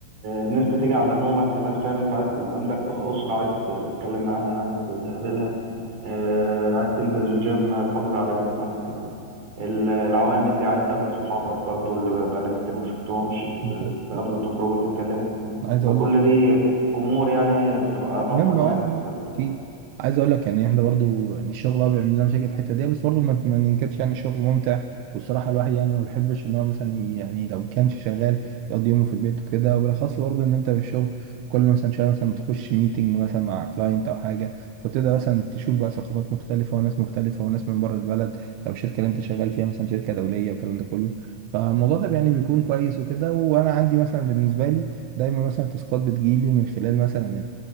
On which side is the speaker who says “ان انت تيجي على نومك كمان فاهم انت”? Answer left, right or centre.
Right